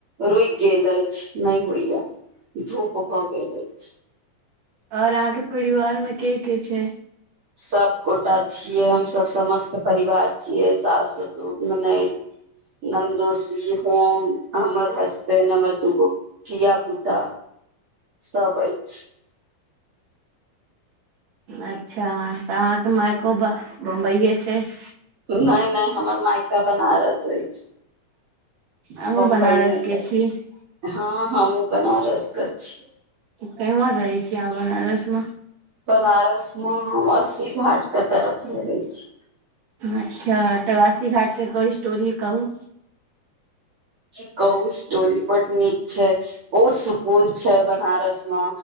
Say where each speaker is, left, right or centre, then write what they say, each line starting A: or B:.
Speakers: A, on the right; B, on the right.
A: रुकि गेल अछि नहि होइया धूप भए गेल अछि।
B: और अहाँ के परिवार में के के छै।
A: सभ गोटा छियै हमसभ समस सभ परिवार छियै सास ससुर ननैद नन्दोसी हम हमर हसबैंड हमर दूगो धिया पुता सभ अछि। छि
B: अच्छा तऽ अहाँ के माइको मुम्बई छैथ
A: नहि नहि हमर मायका बनारस अछि।
B: अहॅं
A: बम्बई
B: बनारस
A: नहि
B: के अछि।
A: हँ हमहुॅं बनारस कर छी
B: केमहर रहै छीय आहाॅं बनारस में
A: बनारस में हम अस्सी घाट कऽ तरफ रहै छि।
B: अच्छा तऽ अस्सी घाट के कोइ स्टोरी कहू।
A: ई कहु स्टोरी बड नीक छै। बहुत सुकून छै। बनारस मे